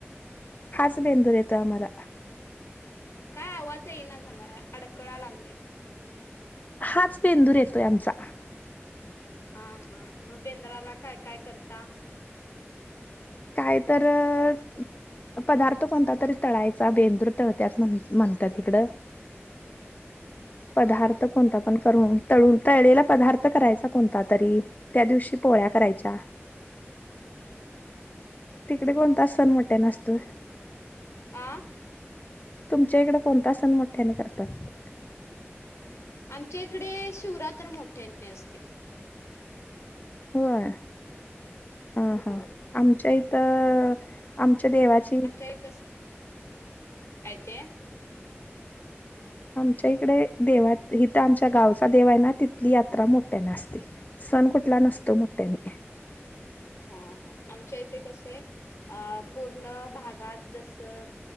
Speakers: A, on the left; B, on the left.
A: हाच बेंदूर येतो आम्हाला.
B: काय आवाज येई ना झालाय, अडकळाय लागलय.
A: हाच बेंदूर येतोय आमचा.
B: हा हा, मग बेंद्राला काय काय करता?
A: काय तर अ पदार्थ कोणता तरी तळायचा, बेंदूर तळत्यात म्हण म्हणत्यात इकडं.
B: हा
A: पदार्थ
B: हा
A: कोणता? ण करून तळून तळलेला पदार्थ करायचा कोणता तरी, त्या दिवशी पोळ्या करायच्या. तिकडे
B: हम्म
A: कोणता सण मोठ्या असतोय?
B: आ.
A: तुमच्या इकडे कोणता सण मोठ्याने करतात?
B: आमच्या इकडे शिवरात्र मोठ्यान बी असते.
A: होय. हा
B: होय
A: हा, आमच्या इथ, आमच्या देवाची
B: हाय तस. काय ते?
A: आमच्या इकडे देवा हिथ आमच्या गावचा देव आहे ना, तिथली यात्रा मोठ्याने असते. सण कुठला नसतो, मोठ्याने.
B: हा हा, आमच्या इथे कसे? अ पूर्ण भागात जसं